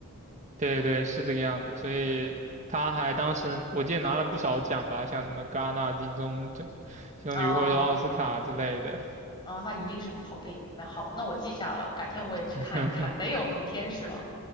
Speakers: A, on the right (about 30°); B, on the left (about 20°).
A: 对对，是这个样子。所以他还当时我记得拿了不少奖吧，像什么戛纳金棕榈或者说奥斯卡之类的。
B: 啊啊，那一定是部好电影，蛮好，那我记下了，改天我也去看一看。
A: <laughs>
B: 没有明天是吗？